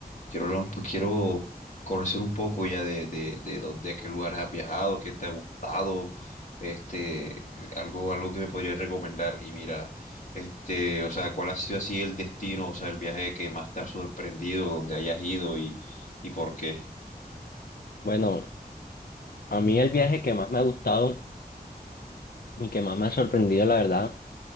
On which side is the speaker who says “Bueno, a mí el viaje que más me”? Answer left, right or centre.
Left